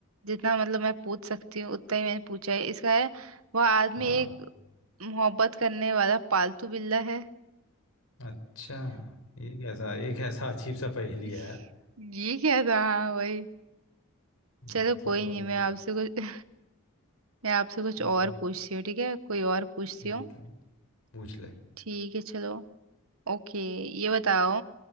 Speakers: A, on the right; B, on the left.
A: जितना मतलब मैं पूछ सकती हूँ उतना ही मैंने पूछा है इसका है वह आदमी
B: हाँ
A: एक मोहब्बत करने वाला पालतू बिल्ला है
B: अच्छा ये कैसा ये कैसा अजीब सा
A: <laughs>
B: पहेली है यार
A: ये क्या था हाँ, वही
B: हम्म,
A: चलो
B: चल
A: कोई
B: कोई
A: नहीं
B: ना
A: मैं आपसे कुछ मैं आपसे कुछ और
B: अगला
A: पूछती हूँ ठीक है कोई और पूछती
B: ठीक
A: हूँ
B: है पूछ ले
A: ठीक है चलो ओके ये बताओ